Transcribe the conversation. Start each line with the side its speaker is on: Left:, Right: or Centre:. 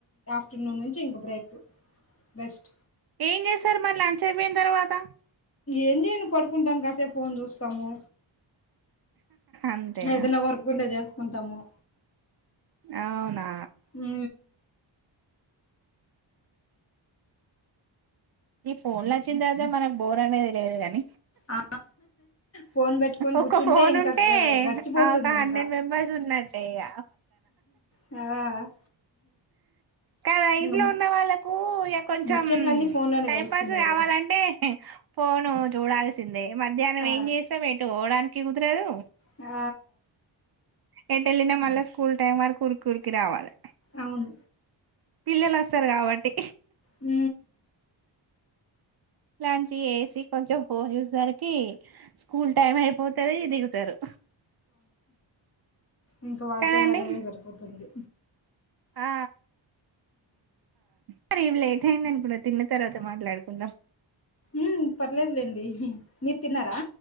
Left: చటిన్నూ నుంచి ఇంక బ్రేక్ బెస్ట్
Right: ఏం చేసారు మరి లంచ్ అయిపోయిన తర్వాత
Left: ఏం చేయను పడుకుంటాం కాసే ఫోన్ చూస్తాము
Right: అంతేనా
Left: ఏదైనా వర్క్ంటే చేసుకుంటాము
Right: అవునా
Left: అ
Right: ఈ ఫోన్లు వచ్చిన తర్వాత మనకు బోర్ అనేది లేదు కాని
Left: ఆ ఫోన్ పెట్టుకొని
Right: ఒక
Left: కూర్చుంటే
Right: ఫోన్
Left: ఇంకా
Right: ఉంటే
Left: గ గడిచిపోతుంది
Right: ఒక హండ్రెడ్
Left: ఇంకా
Right: మెంబర్స్ ఉన్నాడు అంటేగా
Left: ఆ
Right: కాదా
Left: ఇంగ
Right: ఇంట్లో ఉన్న వాళ్ళలకు ఇ కొంచం
Left: ముచ్చట్లన్నీ ఫోన్ లోనే
Right: టైం
Left: గడుస్తున్నాయి
Right: పాస్ కావాలంటే
Left: కదా
Right: ఫోను చూడాల్సిందే మధ్యాహ్నం
Left: ఆ
Right: ఏం చేస్తా పెటు పోవడానికి క కుగుతురాదు
Left: ఆ
Right: ఎట్ వెళ్ళినా మళ్ళీ స్కూల్ టైమ్ వరకు ఉరికి ఉరికి రావాలి
Left: అవును
Right: పిల్లలు వస్తారు కాబట్టి
Left: హ
Right: లలాంచ్ ఏసి కొంచెం ఫోర్ యూస్సరికి స్కూల్ టైమ్ అయిపోతుంది దిగుతారు
Left: ఇంకా వాళ్ళతో
Right: కదండి
Left: ఎగడం సరిపోతుంది
Right: ఆ మరి ఇ లేట్ అయిందం ఇప్పుడువు తిన్న తర్వాత మాట్లాడుకు ఉన్నా
Left: ఉ పర్లేదులేండి మీరు తిన్నారా